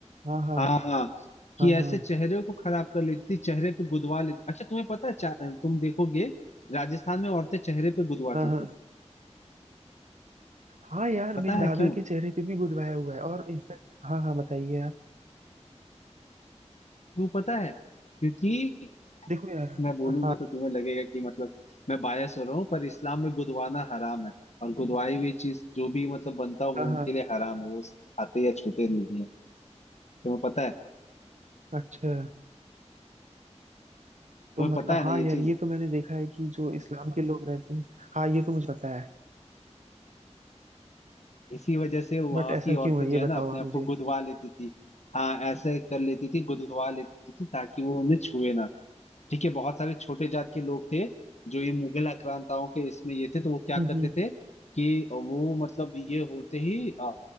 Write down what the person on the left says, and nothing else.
हाँ कि
ऐसे
चेहरे को खराब कर लेती थी चेहरे पे गुदवा लेती अच्छा तुम्हें पता है चा- तुम देखोगे राजस्थान में औरतें चेहरे पे गुदवाती
थी
पता
है
क्यों
क्यों पता है क्योंकि
मैं बोलूंगा
तो तुम्हें लगेगा कि मतलब मैं बायस हो रहा हूँ पर इस्लाम में गुदवाना हराम है और गुदवाई हुई चीज जो भी मतलब बनता है वो
उनके
लिए हराम है वो उसे खाते या छूते नहीं है तुम्हें पता है
तुम्हें
पता है
ना ये
चीज
इसी वजह से वहां
की
औरतें
जो
है ना
अपने
आप
को गुदवा लेती थी हाँ ऐसे कर लेती थी गुदवा लेती थी ताकि वो उन्हें छुए ना ठीक है बहुत सारे छोटे जात के लोग थे जो ये मुगल आक्रांताओं के इसमें ये थे तो वो क्या
करते
थे कि वो मतलब ये होते ही आ,